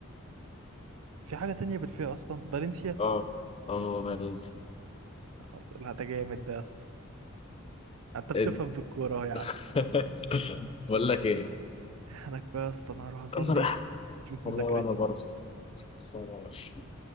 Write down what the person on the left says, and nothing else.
اه اه فالنسيا
إد-
<laughs>
بقول لك ايه
انا رايح
والله
وانا برضه سلام عليكم.